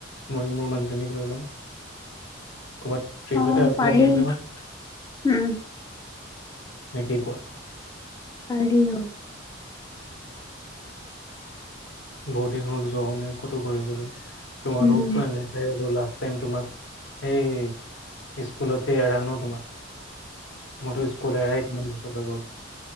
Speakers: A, on the left (about 65°); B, on the left (about 20°).
A: মইয়ো মোৰ মানুহজনীক লৈ ল'ম ক'ৰবাত ট্ৰিপ
B: অ
A: এটা প্লেন
B: পাৰি
A: বনোৱা
B: উম
A: নে কি কোৱা
B: পাৰি অ
A: বহুত দিন হ'ল যোৱাও নাই ক'তো ঘূৰিবলৈ তোমালোকতো
B: উম
A: এনে হ'লেও লাষ্ট টাইম তোমাক সেই স্কুলতে এৰা ন তোমাক মইত স্কুল এৰাই কিমান বছৰ হৈ গ'ল